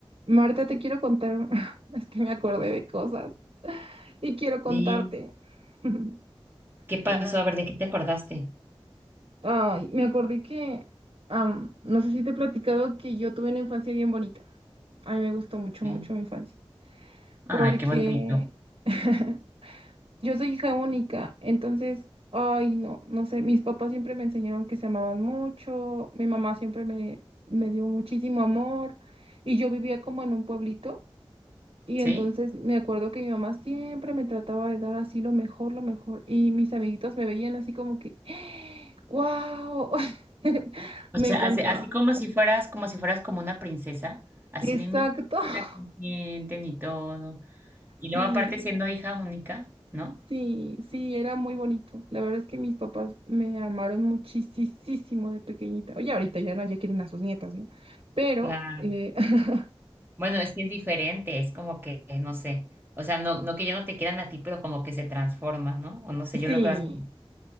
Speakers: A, on the right; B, on the right.
A: Marta, te quiero contar, un- <laughs> es que me acordé de cosas y quiero contarte.
B: ¿Y
A: <laughs>
B: qué pasó?
A: Es-
B: A ver, ¿de qué te acordaste?
A: Ay, me acordé que, am, no sé si te he platicado que yo tuve una infancia bien bonita. A mí me gustó mucho,
B: Sí.
A: mucho mi infancia,
B: Ay,
A: porque
B: qué bonito.
A: <laughs> yo soy hija única, entonces, ay, no, no sé, mis papás siempre me enseñaron que se amaban mucho, mi mamá siempre me, me dio muchísimo amor y yo vivía como en un pueblito. Y
B: ¿Sí?
A: entonces me acuerdo que mi mamá siempre me trataba de dar así lo mejor, lo mejor. Y mis amiguitos me veían así como que, <gasps> ¡Wow! <laughs>
B: O
A: Me
B: sea,
A: encantaba.
B: así, así como si fueras, como si fueras como una princesa, así
A: Exacto.
B: de mí,
A: <laughs>
B: la consienten y todo. Y
A: Sí,
B: luego aparte siendo hija única, ¿no?
A: sí, sí, era muy bonito. La verdad es que mis papás me amaron muchísimo de pequeñita. Oye, ahorita ya no, ya quieren a sus nietas, ¿no? Pero,
B: Claro.
A: eh, <laughs>
B: Bueno, es que es diferente, es como que, eh, no sé, o sea, no, no que ya no te quieran a ti, pero como que se transforma, ¿no? O no sé,
A: sí,
B: yo lo veo así.